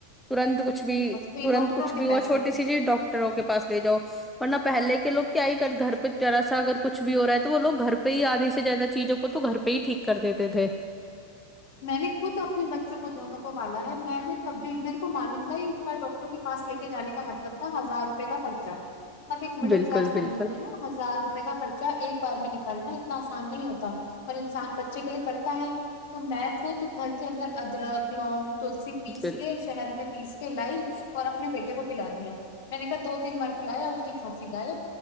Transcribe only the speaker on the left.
دیں
بس پھر
ڈاکٹروں
کے
پیسے
میں نے خود اپنے بچوں کو دونوں کو پالا ہے میں نے کبھی میرے معلوم تھا ہی ایک بار ڈاکٹر کے پس لے کے جانے کا مطلب تھا ہزار روپئے کا خرچ اچھا <unintelligible> اب ایک مڈل
کلاس فیملی
میں نا ہزار روپے کا خرچ چ ایک بار میں لک کرنا اتنا آسان نہیں ہوتا پر انسان بچے کے لیے کرتا ہے تو میں خود گھر کے اندر ادرک لونگ تلسی پیس
کے شہد میں پیس کے لائی اور اپنے بیٹے کو پلا دیا میں نے کہا دو تین بار پلایا اس کی کھانسی غائب